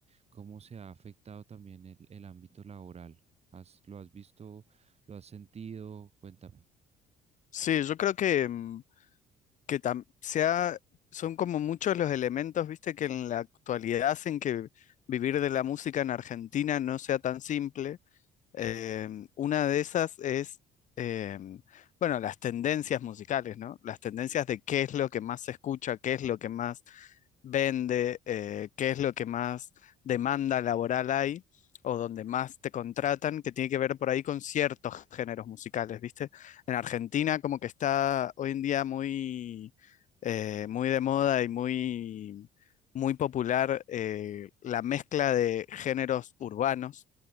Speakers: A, on the right; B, on the left.
A: ¿Cómo se ha afectado también el, el ámbito laboral? ¿Has- lo has visto? ¿Lo has sentido? Cuéntame.
B: sí, yo creo que, mm, que tam- sea, son como muchos los elementos, viste, que en la actualidad hacen que vivir de la música en Argentina no sea tan simple. Em, una de esas es, em, bueno, las tendencias musicales, ¿no? Las tendencias de qué es lo que más se escucha, qué es lo que más vende, eh, qué es lo que más demanda laboral hay o donde más te contratan, que tiene que ver por ahí con ciertos géneros musicales, ¿viste? En Argentina como que está hoy en día muy, eh, muy de moda y muy, muy popular eh, la mezcla de géneros urbanos